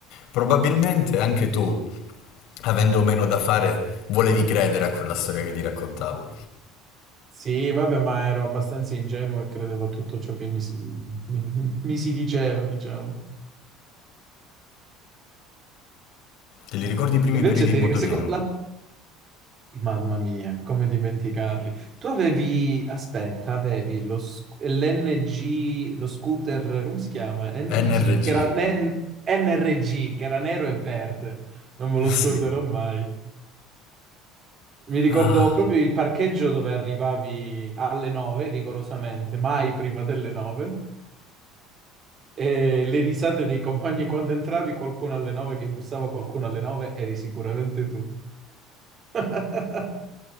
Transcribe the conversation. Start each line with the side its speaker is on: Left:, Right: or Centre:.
Left: Probabilmente anche tu, avendo meno da fare, volevi credere a quella storia che ti raccontavo.
Right: Sì, vabbè, ma ero abbastanza ingenuo e credevo a tutto ciò che mi si, mi- mi si diceva, diciamo.
Left: Te li ricordi i primi
Right: Invece,
Left: periodi
Right: te,
Left: in motorino?
Right: seco- la, Mamma mia, come dimenticarli. Tu avevi, aspetta, avevi lo, sc- l'NG, lo scooter, come si chiama? NG,
Left: NRG.
Right: che era, N- NRG, che era nero e verde. Non me lo scorderò
Left: Sì.
Right: mai. Mi ricordo
Left: Ah,
Right: proprio il parcheggio dove arrivavi alle 9, rigorosamente, mai prima delle 9. E le risate dei compagni quando entravi, qualcuno alle 9 che imbussava qualcuno alle 9, eri sicuramente tu. <laughs>